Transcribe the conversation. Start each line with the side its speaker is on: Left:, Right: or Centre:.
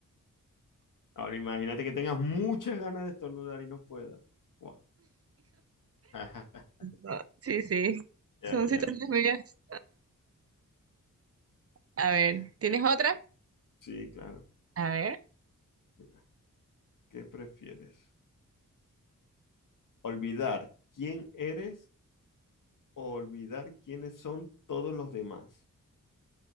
Left: Ahora imagínate que tengas muchas ganas de estornudar y no puedas. Guau. <laughs>
Right: No, sí, sí.
Left: Ya,
Right: Son
Left: ya.
Right: situaciones medias. A ver,
Left: <laughs>
Right: ¿tienes otra?
Left: Sí, claro.
Right: A ver.
Left: Mira, ¿qué prefieres? ¿Olvidar quién eres o olvidar quiénes son todos los demás?